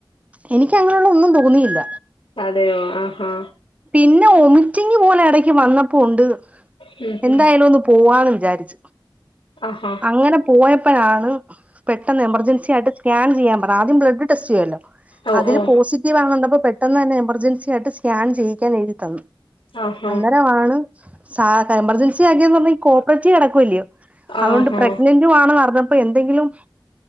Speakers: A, on the right; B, on the left.
A: എനിക്ക് അങ്ങനെയുള്ള ഒന്നും തോന്നിയില്ല
B: അതെയോ ആഹഹ
A: പിന്നെ വോമിറ്റിംഗ പോലെ ഇടക്ക് വന്നപ്പോ ഉണ്ട്
B: ഉം
A: എന്തായാലും
B: ഉം
A: ഒന്ന് പോവാന്ന്
B: ആഹാ
A: അങ്ങനെ പോയപ്പോഴാണ് പെട്ടെന്ന് എമർജൻസി ആയിട്ട സ്കാൻ ചെയ്യാൻ പറ ആദ്യം ടെസ്റ്റ് ചെയ്യല്ലോ
B: ഓ
A: അതില്
B: ഓ
A: പോസിറ്റീവ് ആണണ്ടപ്പോ പെട്ടെന്ന് തന്നെ എമർജൻസി ആയിട്ട് സ്കാൻ ചെയ്യ എഴുതി തന്നു
B: ആഹാ
A: അന്നരണ് സ എമർജൻസി ആകന്ന് പറഞ്ഞ കോപ്പറേറ്റീവ് കിടക്കല്ലയോ അതോണ്ട്
B: ആഹാ
A: പ്രഗ്നന്റു ആണെന്ന് പറഞ്ഞ അ എന്തെങ്കിലും